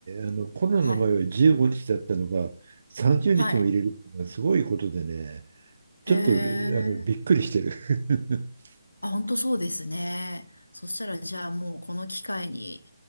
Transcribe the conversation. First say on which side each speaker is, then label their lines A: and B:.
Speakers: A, on the right; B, on the left.
A: あの、コロナの前は15日だったのが、
B: はい。
A: 30日も入れるっていうのはすごいことでね、
B: はい。
A: ちょっと、
B: へえ。
A: あの、びっくりしてる。<laughs>
B: あ、本当そうですね。そしたら、じゃあもうこの機会に、